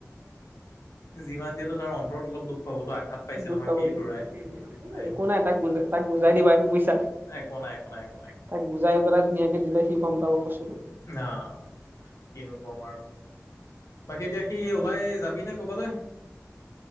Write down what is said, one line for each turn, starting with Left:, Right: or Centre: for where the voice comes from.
Left: যিমান দিয়লেও তাৰ অন্তৰত অলপ দুখ। পাবতো আঘাত পাইছে
Right: দুখ
Left: নহয়
Right: পাব
Left: সি
Right: দুখ
Left: ল'ৰাই
Right: পাব
Left: তাইও
Right: একো নাই তাক বুজাই তাক বুজাই দিবা বুইছা।
Left: একো নাই একো নাই একো নাই
Right: তাক বুজাই পেলাই ধুনীয়াকে দিলে সি গম পাব বস্তুটো।
Left: না কিনো কম। বাকী এতিয়া কি ওলাই যাবি নে কবালৈ?